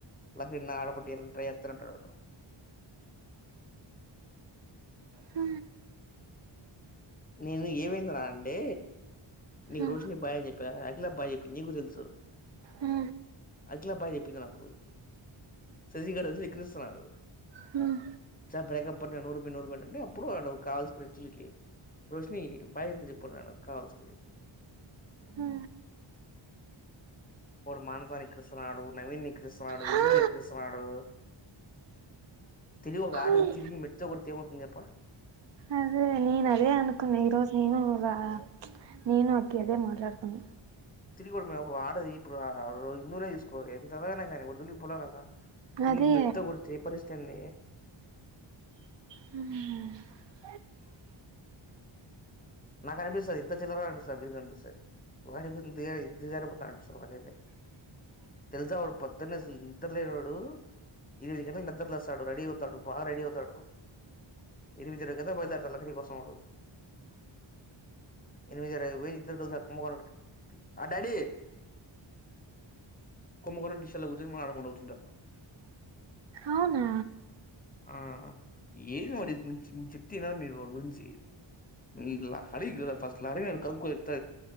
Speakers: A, on the left; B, on the right.
A: లకినాఆడ పొట్టిలని ట్రై ఎత్తరంటడు
B: హ
A: నేను ఏమైంది రా అంటే నీక్
B: ఆ,
A: రోషిని బాయ్ చెప్పా అకిలక్ బాయ్ పిన్నీ కు తెలుసు
B: ఆ,
A: అఖిలా బాయ్ చెప్పింది నాకు శశీ గాడు ఐతే ఎక్కరిస్తున్నాడు
B: హ్మ్
A: ఇసారి బ్రేకప్ అంటే నూరు కి నూరు పెట్టండి అప్పుడు వాడు కావల్సికిరిచ్చులికి రోషిని బాయేంద చెప్పు నేన్ కావాల్సి కి
B: ఆ,
A: వాడు మానసా నిక్రిస్తున్నాడు, నవీన్ నిక్రిస్తున్నాడు,
B: ఆ.
A: ఇందు నిక్రిస్తున్నాడు త తెలివికాదు
B: ఆ,
A: తిరిగి మెట్తో కొడితే ఏమౌతుంది చెప్పు.
B: అదే నేను అదే అనుకున్నా ఈరోజు నేను అలా ప్చ్ నేను అఖి అదే మాట్లాడుతున్నాం
A: తిరిగివడుమే ఒక ఆడది ఇప్పుడు ఆ ఇందూనే తీసుకో ఎంత చదివినా కానీ వర్జిలి పోలే కదా తిరిగి
B: అదే
A: మెట్తో కొడుతు ఏ పరిస్థితి ఏంది
B: ఉమ్
A: నాకు కనిపిస్తుంది ఇంత చిల్లరగా కనిపిస్తుంది మీకు కనిపిస్తంది ఒకారి ఇపితే తెలుసా నాకైతే వాు పద్ద్దన్న ఇంటలేదు వాడు ఇది నద్దర్లసాడు రెడి అవుతాడు బా రెడీ అవుతాడు ఇదిమిజర కద బయలాారుల కోసం ఉ ఎమిధర వ ఇద్దరు కస కుంభకోణం ఆ డాడీ కుంభకోణం లా కూర్చొనిడకుండా కూచుంటారు
B: అవునా
A: ఆ ఏది మరి చెప్ మీరు గురించి ఇలా అడిగి అడిగి కనుకో ఫస్ట్